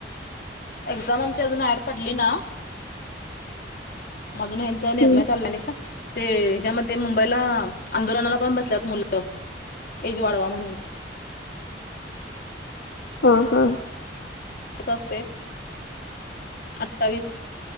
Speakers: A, on the left; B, on the left.
A: एक्झाम आमच्या अजून ऍड पडली ना अजून यांचा निर्णय
B: हम्म
A: चाललाय नाही का? ते हच्यामध्ये मुंबईला आंदोलनाला पण बसल्यात मुलं. एज वाढवा म्हणून.
B: हा हा.
A: कस असतय. अठ्ठावीस